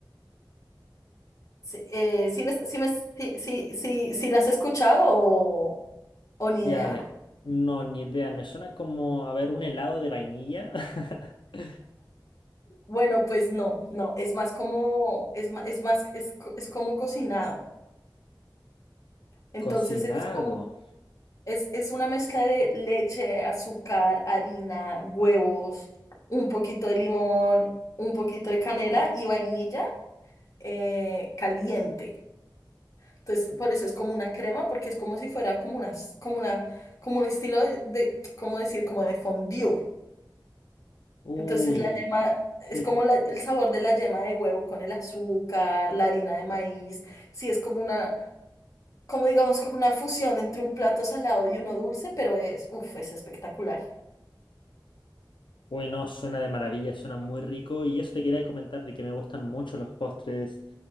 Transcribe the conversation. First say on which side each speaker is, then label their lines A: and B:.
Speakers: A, on the left; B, on the left.
A: Sí, eh, sí me, sí me- sí- sí- sí- sí la has escuchado o, o ni
B: Ya,
A: idea?
B: la- no, ni idea. Me suena como a ver un helado de vainilla <laughs>
A: Bueno, pues no, no, es más como, es, ma- es más, es, co- es como cocinado. Entonces
B: cocinado.
A: es como, Es, es una mezcla de leche, azúcar, harina, huevos, un poquito de limón, un poquito de canela y vainilla eh, caliente. Entonces, por eso es como una crema, porque es como si fuera como una, s- como una, como un estilo de, de- ¿cómo decir? Como de fondue.
B: Uy,
A: Entonces, la yema
B: sí.
A: es como la- el sabor de la yema de huevo con el azúcar, la harina de maíz. Sí, es como una, como digamos, como una fusión entre un plato salado y uno dulce, pero es, uff, es espectacular.
B: Uy, no, suena de maravilla, suena muy rico. Y eso te quería comentar de que me gustan mucho los postres